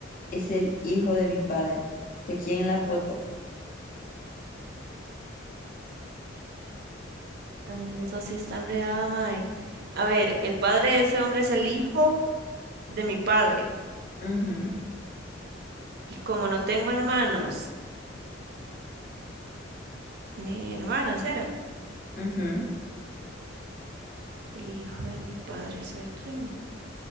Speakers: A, on the left (about 45°); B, on the right (about 55°).
A: es el hijo de mi padre. ¿De quién es la foto?
B: Am, Eso sí está enredada, mae. A ver, el padre de ese hombre es el hijo de mi padre.
A: Mhm,
B: Y como no tengo hermanos, ni hermanas, era.
A: mhm.
B: El hijo de mi padre soy yo.